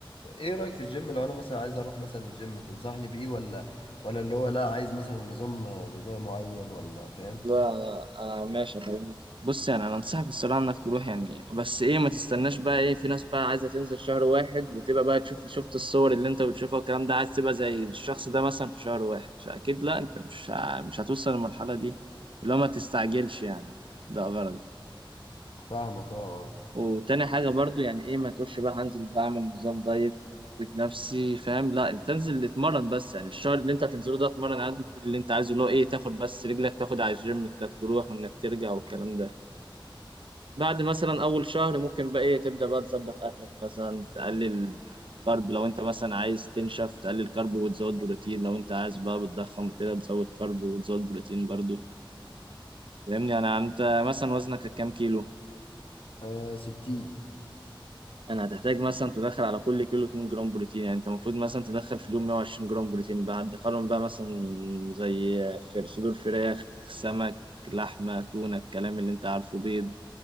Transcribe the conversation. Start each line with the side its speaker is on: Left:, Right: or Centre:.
Left: ايه رأيك في الجيم لو انا مثلا عايز اروح مثلا الجيم تنصحني بيه ولا ولا اللي هو لا عايز مثلا نظام غذائي معين ولا فاهم
Right: لا انا أنا ماشي أكلمك بص يعني انا انصحك الصراحه انك تروح يعني بس ايه ما تستناش بقى ايه في ناس بقى عايزه تنزل شهر واحد وتبقى بقى تشوف شفت الصور اللي انت بتشوفها والكلام ده عايز تبقى زي الشخص ده مثلا في شهر واحد فاكيد لا انت مش ع- مش هتوصل للمرحله دي اللي هو ما تستعجلش يعني ده غلط
Left: فاهمك اه
Right: وتاني حاجة برضو يعني ايه ما تقولش بقى هنزل بعمل نظام دايت واموت نفسي فاهم لا انت انزل اتمرن بس يعني الشهر اللي انت هتنزله ده اتمرن عادي كل اللي انت عايزه اللي هو ايه تاخد بس رجلك تاخد على الجيم انك تروح وانك ترجع والكلام ده بعد مثلا اول شهر ممكن بقى ايه تبدأ بقى تظبط اكلك مثلا تقلل كارب لو انت مثلا عايز تنشف تقلل كارب وتزود بروتين لو انت عايز بقى بتضخم وكده بتزود كارب وتزود بروتين برضو فاهمني انا انت مثلا وزنك كام كيلو
Left: آه، آه، ستين
Right: يعني هتحتاج مثلا تدخل على كل كيلو 2 جرام بروتين يعني انت المفروض مثلا تدخل في اليوم 120 جرام بروتين بقى هتدخلهم بقى مثلا من زي في صدور فراخ سمك لحمة تونة الكلام اللي انت عارفه بيض